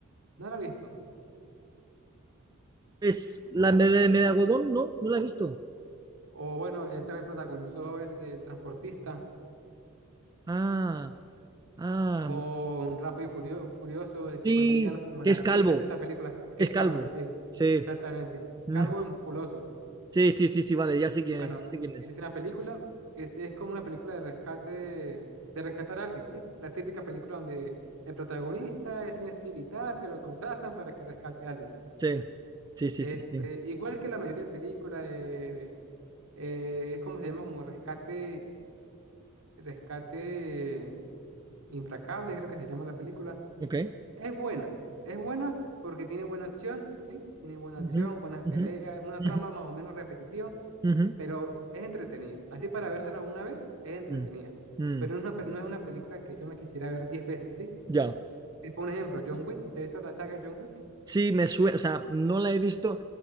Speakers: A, on the right; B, on the right.
A: ¿No lo has visto?
B: Es la de, de Megalodón, no, no la he visto.
A: O bueno, él también protagonizó el del transportista
B: Ah, ah,
A: o un Rápido y Furio- Furioso, el que
B: sí,
A: fue villano como en
B: que
A: la
B: es
A: quinta,
B: calvo,
A: sexta película, que
B: es
A: es
B: calvo.
A: calvo, sí,
B: Sí.
A: exactamente.
B: Mm.
A: Calvo y musculoso.
B: Sí, sí, sí, sí, vale, ya sé quién
A: Bueno,
B: es, ya sé quién es.
A: es una película que es, es como una película de rescate, de rescatar a alguien, ¿sí? La típica película donde el protagonista es un ex militar que lo contratan para que rescate a alguien.
B: Sí, sí, sí,
A: Este,
B: sí, sí.
A: igual que la mayoría de películas, eh, eh, es como se llama, como rescate, rescate implacable, creo que se llama la película.
B: Ok.
A: Es buena, es buena porque tiene buena acción, ¿sí? Tiene buena acción,
B: Ujú,
A: buenas peleas,
B: ujú,
A: una
B: ujú,
A: trama más o menos repetitiva
B: ujú.
A: pero es entretenida. Así para vérsela una vez, es entretenida.
B: Mm, mm.
A: Pero no es una, pel- no es una película que yo me quisiera ver 10 veces, ¿sí?
B: Ya.
A: Tipo un ejemplo, John Wick, ¿se ha visto la saga de John Wick?
B: Sí, me suena, o sea, no la he visto.